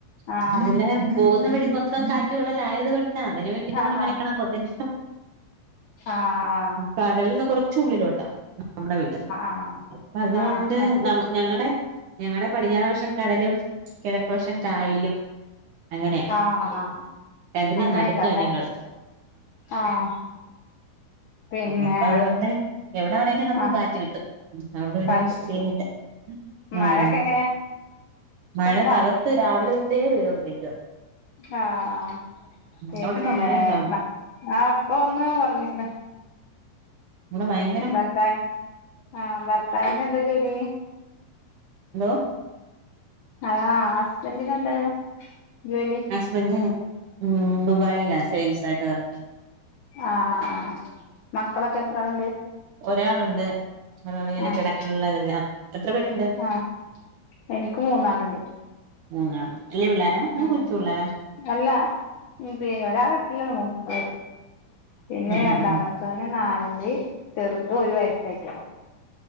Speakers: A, on the left; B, on the right.
A: ആഹ്
B: അന്നെ പോകുന്ന വഴി മൊത്തം കാറ്റ വള്ളലായത്ക കൊണ്ടാ അതിന് വേണ്ടി നമ്മള്
A: ആഹ്
B: മനക്കണം പൊത്തില്ല <inaudible>
A: ആഹ് ആഹ്
B: കടലിൽ നിന്ന് കൊറച്ചള്ളിലോട്ടാ നമ്മടെ വീട്
A: ആഹ്
B: അപ്പ അതുകൊണ്ട്
A: ആഹ് അസ്തി
B: ന ഞങ്ങളടെ ഞങ്ങളടെ പടിഞ്ഞാറ് വശം കടലും കിഴക്ക് വശം കായലും അങ്ങനെയാ
A: ആഹ് ആഹ്
B: രണ്ടിന്റേം
A: അങ്ങയ്കാരല്ലേ
B: നടുക്കാ ഞങ്ങള്
A: ആഹ് പിന്നെ
B: അപ്പൊ അതുകൊണ്ട് എവിട ആണെലും നമുക്ക്
A: ആഹ്
B: കാറ്റ് കിട്ടും. അതൊണ്ട്
A: കാറ്റൊക്കെ പോവും
B: <unintelligible> അഹ്
A: മഴൊക്കെ എങ്ങനെ ഇപ്പണ്ടാ
B: മഴ തകർത്ത് രാവിലെ തട്ടേ പെയ്തൊണ്ടിരിക്ക
A: ആഹ് പിന്നെ
B: അവിടെണ്ടോ മഴയുണ്ടോ
A: ആഹ് അപ്പൊ ഒന്ന് കൊറഞ്ഞികണ്
B: <unintelligible> ഭയങ്
A: ഭർത്തായ ആഹ് ഭർത്തായന്നന്താ ജോലി
B: ഹലോ
A: ആഹ് ഹസ്ബന്റിന് എന്താ ജോലി?
B: ഹസ്ബൻഡ് ഉം ദുബായില സെയിൽസ് ആയിട്ട് വർക്ക
A: ആഹ് ആ മക്കളൊക്കെ എത്രാളുണ്ട്
B: ഒരാളുണ്ട് ഒരാളിങ്ങനെ
A: ആഹ്
B: കിടക്കാനുള്ളതല്ല എത്ര പേരുണ്ട്?
A: ആഹ് എനിക്ക് മൂന്നാളുണ്ട്
B: മൂന്നാള് വല്ല്യ പിള്ളേരാ ആ
A: ഉം
B: കൊച്ച്പിള്ളാരാ?
A: അല്ല പി ഒരാൾട്ടില്ലെന്ന്ട്ട പിന്നെ
B: ഉം ഉം
A: രണ്ടാമ
B: ഉം
A: മുത്തോന് നാല്ല് ചെറുതൊരു വയസായിട്ടൊള്ളു